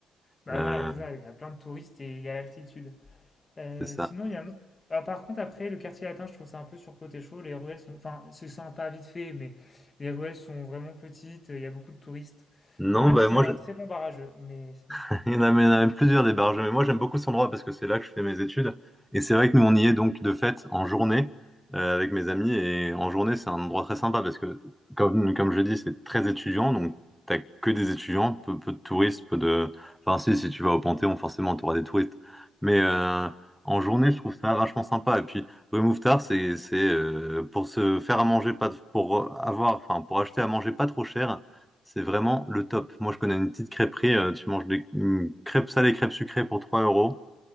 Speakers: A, on the left; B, in the centre.
A: Bah
B: Euh,
A: voilà, c'est ça, il y a plein de touristes et il y a l'altitude. Euh,
B: c'est ça.
A: sinon, il y a un autre. Ah, par contre, après, le quartier latin, je trouve ça un peu surcoté chaud. Les ruelles sont. Enfin, c'est sympa vite fait, mais les ruelles sont vraiment petites, il y a beaucoup de touristes.
B: Non,
A: Euh, Même
B: bah
A: s'il
B: moi,
A: y a un très bon barrageux, mais sinon, c'est
B: <laughs>
A: tout.
B: Il y en a, mais il y en a même plusieurs des barges. Mais moi, j'aime beaucoup cet endroit parce que c'est là que je fais mes études. Et c'est vrai que nous, on y est donc de fait en journée euh, avec mes amis. Et en journée, c'est un endroit très sympa parce que, comme, comme je l'ai dit, c'est très étudiant. Donc, t'as que des étudiants, peu, peu de touristes, peu de. Enfin, si, si tu vas au Panthéon, forcément, t'auras des touristes. Mais euh, en journée, je trouve ça vachement sympa. Et puis, rue Mouffetard, c'est c'est, euh, pour se faire à manger, pas, pour avoir, enfin, pour acheter à manger pas trop cher c'est vraiment le top. Moi, je connais une petite crêperie. euh, tu manges des une crêpes salées, crêpes sucrées pour 3 euros.